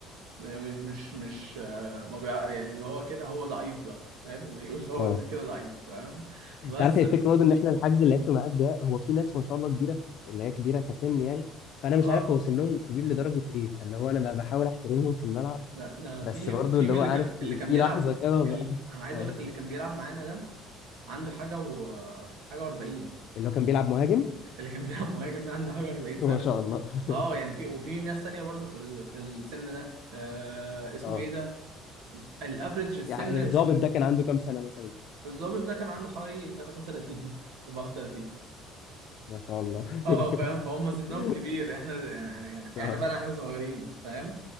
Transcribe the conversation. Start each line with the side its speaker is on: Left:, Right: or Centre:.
Right: مش مش مش آه، ما بيع... يعني اللي هو كده هو ضعيف بقى فاهم اللي يقول فاول
Left: اه
Right: <laughs> ده كده ضعيف فاهم
Left: انت
Right: بس
Left: عارف هي الفكره برضه ان احنا الحجز اللي لعبته معاك ده هو في ناس ما شاء الله كبيره اللي هي كبيره كسن يعني فانا مش
Right: اه
Left: عارف هو سنهم كبير لدرجه ايه فاللي هو انا بقى بحاول احترمهم في الملعب
Right: لا ده
Left: بس
Right: في
Left: برضه
Right: في
Left: اللي
Right: من
Left: هو
Right: اللي
Left: عارف
Right: كان
Left: في,
Right: اللي كان
Left: في
Right: بيلعب
Left: لحظه كده
Right: ال...
Left: بقى <laughs>
Right: انا عايز
Left: اه
Right: اقول لك اللي كان بيلعب معانا ده عنده حاجه و حاجه و40
Left: اللي هو كان بيلعب مهاجم
Right: اللي كان <laughs> بيلعب مهاجم ده عنده حاجه و40
Left: <laughs> ما
Right: سنه
Left: شاء الله
Right: اه يعني في وفي ناس ثانيه برضو في ال... في السن ده آه
Left: <laughs>
Right: اسمه
Left: اه
Right: ايه ده الافريج السن
Left: يعني الظابط
Right: في
Left: ده كان عنده كام سنه مثلا
Right: الضابط ده كان عنده حوالي 33 مثلا 34
Left: ما شاء الله
Right: اه فاهم فهم سنهم
Left: <laughs>
Right: كبير احنا يعني يعني
Left: اه
Right: احنا فعلا احنا صغيرين فاهم